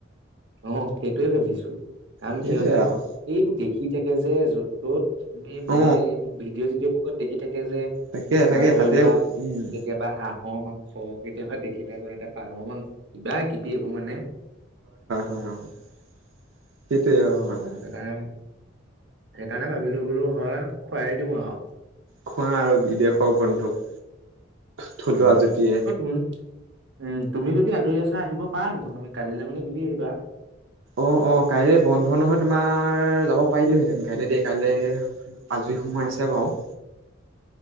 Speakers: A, on the right (about 60°); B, on the right (about 80°).
A: অ' সেইটোৱে ভাবিছোঁ। কাৰণ
B: সেইটোৱে
A: সিহঁতে
B: আৰু
A: এইবোৰ দেখি থাকে যে, য'ত, ত'ত। এই মেইনলি
B: অ
A: এইবোৰ ভিডিঅ' চিডিঅ'বোৰ কত দেখি থাকে? এই যে
B: তাকে
A: তোমাৰ
B: তাকে
A: ধৰি
B: তাতে
A: লোৱা,
B: উম
A: কেতিয়াবা হাঁহৰ মাংস অ'! কেতিয়াবা দেখিলে আৰু সিহতে পাৰ মাংস কিবা কিবি এইবোৰ মানে
B: সেইটোৱেই, ডাঙৰ কথাটো।
A: সেইকাৰণে সেইকাৰণে ভাবিলোঁ বোলোঁ হয়, খোৱাই দিওঁ আৰু।
B: খোৱা আৰু বিদেশৰ বন্ধুক। থলুৱা
A: উম
B: জুতিয়ে
A: ব ত উম তুমি যদি আজৰি আছা আহিব পাৰা দেখোন তুমি কালিলৈ মানে গুচি আহিবা।
B: অ অ কাইলৈ বন্ধ নহয় তোমাৰ যাব পাৰিলোহেঁতেন কাইলে দেই কাইলৈ আজৰি সময় আছে বাৰু।